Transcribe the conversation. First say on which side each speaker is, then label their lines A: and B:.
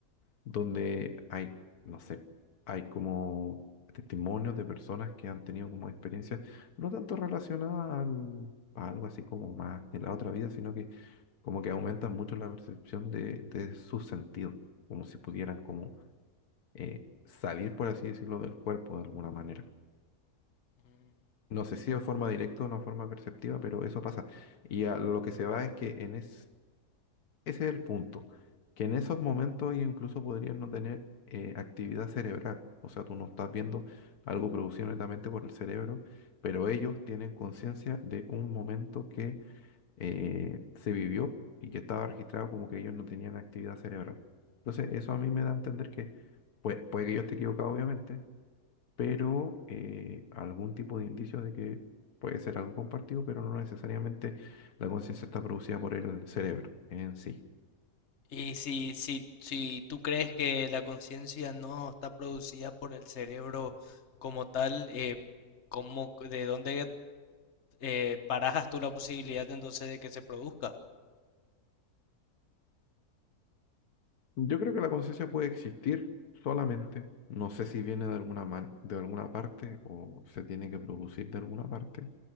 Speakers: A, on the left; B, on the left.
A: donde hay, no sé, hay como testimonios de personas que han tenido como experiencias no tanto relacionadas al- a algo así como más de la otra vida, sino que como que aumentan mucho la percepción de, de su sentido, como si pudieran como eh, salir, por así decirlo, del cuerpo de alguna manera.
B: Mm.
A: No sé si de forma directa o de forma perceptiva, pero eso pasa. Y a lo que se va es que en es, ese es el punto, que en esos momentos ellos incluso podrían no tener eh, actividad cerebral. O sea, tú no estás viendo algo producido netamente por el cerebro, pero ellos tienen conciencia de un momento que eh, se vivió y que estaba registrado como que ellos no tenían actividad cerebral. Entonces, eso a mí me da a entender que, pues, puede que yo esté equivocado, obviamente, pero eh, algún tipo de indicios de que puede ser algo compartido, pero no necesariamente la conciencia está producida por el cerebro en sí.
B: Y si, si, si tú crees que la conciencia no está producida por el cerebro como tal, eh, ¿cómo, de dónde eh, barajas tú la posibilidad entonces de que se produzca?
A: Yo creo que la conciencia puede existir solamente, no sé si viene de alguna man- de alguna parte o se tiene que producir de alguna parte,